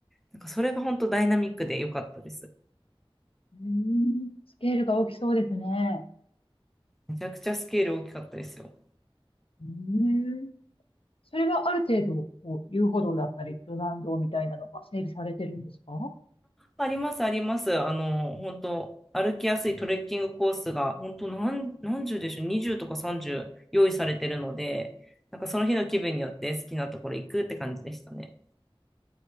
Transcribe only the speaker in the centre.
なんかそれが本当ダイナミックで良かったです。
めちゃくちゃスケール大きかったですよ。
あります、あります。あの、本当歩きやすいトレッキングコースが、本当何、何十でしょう、20とか30用意されてるので、なんかその日の気分によって好きなところ行くって感じでしたね。